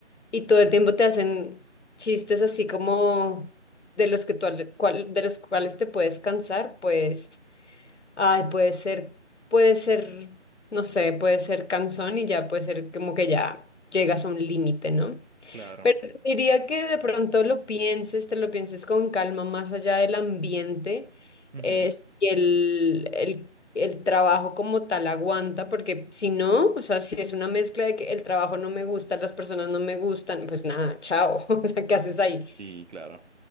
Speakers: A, on the left; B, on the right.
A: Y todo el tiempo te hacen chistes así como de los que tú, al- cual- de los cuales te puedes cansar, pues, ay, puede ser, puede ser, no sé, puede ser cansón y ya puede ser como que ya llegas a un límite, ¿no?
B: Claro.
A: Pero te diría que de pronto lo pienses, te lo pienses con calma, más allá del ambiente,
B: Ujú.
A: eh, si el, el, el trabajo como tal aguanta, porque si no, o sea, si es una mezcla de que el trabajo no me gusta, las personas no me gustan, pues nada, chao, <laughs> o sea, ¿qué haces ahí?
B: Sí, claro.